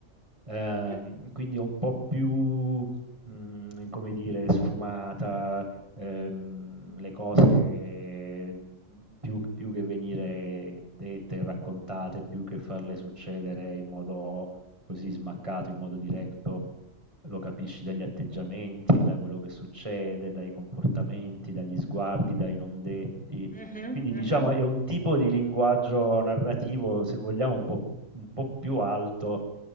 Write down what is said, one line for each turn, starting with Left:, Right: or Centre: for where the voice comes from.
Right: Ehm,
Centre: Mm,
Right: quindi è un po' più, mhmm, come dire, sfumata, ehm, le cose più più che venire dette e raccontate, più che farle succedere in modo così smaccato, in modo diretto, lo capisci dagli atteggiamenti, da quello che succede, dai comportamenti, dagli sguardi, dai non detti.
Centre: mhm,
Right: Quindi
Centre: mhm.
Right: diciamo è un tipo di linguaggio narrativo, se vogliamo, un po' un po' più alto